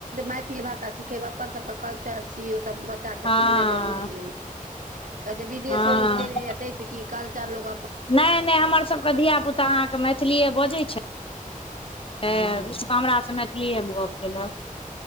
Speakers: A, on the right; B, on the left.
A: मैथिल भाषा सिखेबै अपन सबके कल्चर छी ओस बच्चाके
B: हँ
A: सिखनाइ जरूरी रहै छै कहै छै विदेशो
B: हँ
A: लोग चलि जाइय ताहिस की कल्चर लोग
B: नहि नहि हमरसभके धियापुता अहाँके मैथिलीए बजैत छै तऽसभ
A: हँ
B: हमरासँ मैथिली मे गप्प कयलक